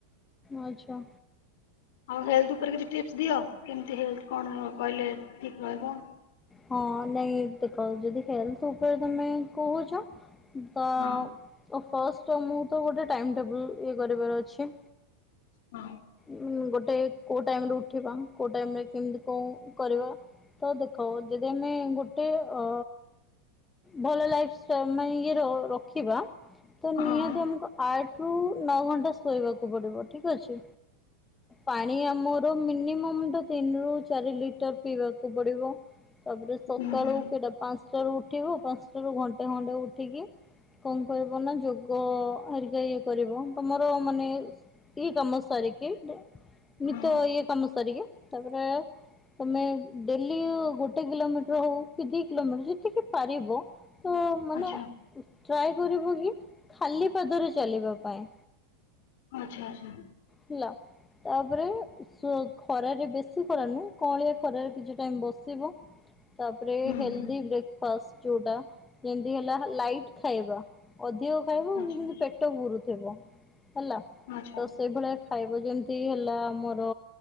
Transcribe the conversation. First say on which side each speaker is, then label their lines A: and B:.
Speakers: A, on the left (about 15°); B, on the left (about 70°).
A: ଆଚ୍ଛା।
B: ଆଉ ହେଲଥ ଉପରେ କିଛି ଟିପ୍ସ ଦିଅ କେମିତି ହେଲଥ କଣ କହିଲେ ଠିକ୍ ରହିବ।
A: ହଁ ହେଲାଗି ତ କହୁଚି ଯଦି ହେଲଥ ଉପରେ ତମେ କହୁଚ ତ ଅ
B: ହଁ
A: ଫାସ୍ ଷ୍ଟ ତମକୁ ତ ଗୋଟେ ଟାଇମ୍ ଟେବୁଲ ଇଏ କରିବାର ଅଛି
B: ହଁ
A: ଉଁ ଗୋଟେ କୋଉ ଟାଇମରେ ଉଠିବା କୋଉ ଟାଇମରେ କେମିତି କଣ କରିବା ତ ଦେଖ ହଉ ଯଦି ଆମେ ଗୋଟେ ଅ ଭଲ ଲାଇଫସ୍ ତ ମେ ଇଏରେ ଅ ରଖିବା ତ ନିହାତି
B: ହଁ
A: ଆମକୁ ଆଠ ରୁ ନଅ ଘଣ୍ଟା ଶୋଇବାକୁ ପଡିବ ଠିକ ଅଛି ପାଣି ଆମ ର ମିନିମମ୍ ଟା ତିନି ରୁ ଚାରି ଲିଟର ପିଇବାକୁ ପଡିବ। ତାପରେ ସକାଳୁ
B: ହୁଁ ହୁଁ
A: କେଟା ପାଞ୍ଚଟାରୁ ଉଠିବ ପାଞ୍ଚଟାରୁ ଘଣ୍ଟେ ଖଣ୍ଡେ ଉଠିକି କଣ କରିବ ନା ଯୋଗ ହେରିକା ଇଏ କରିବ ତମର ମାନେ ଏଇ କାମ ସାରିକି ନିତ୍ୟ
B: ହୁଁ
A: ଇଏ କାମ ସାରିକି ତାପରେ ତମେ ଡେଲି ଗୋଟେ କିଲୋମିଟର ହଉ କି ଦି କିଲୋମିଟର ଯେତିକି ପାରିବ ତ ମାନେ
B: ଆଚ୍ଛା
A: ଟ୍ରାଏ କରିବକି ଖାଲି ପାଦରେ ଚାଲିବା ପାଇଁ।
B: ଆଚ୍ଛା ଆଚ୍ଛା
A: ହେଲା ତାପରେ ଖରାରେ ବେଶୀ ଖରା ନୁହେଁ କଅଁଳିଆ ଖରାରେ କିଛି ଟାଇମ ବସିବୁ। ତାପରେ
B: ହୁଁ
A: ହେଲଦି
B: ହୁଁ
A: ବ୍ରେକ୍ ଫାଷ୍ଟ ଯୋଉଟା ଯେମିତି ହେଲା ଲାଇଟ ଖାଇବା ଅଧିକ ଖାଇବ
B: ଆଚ୍ଛା
A: ଯେମିତି ପେଟ ପୁରୁଥିବ ହେଲା
B: ଆଛା
A: ତ ସେଇଭଳିଆ ଖାଇବା ଯେମିତି ହେଲା ଆମର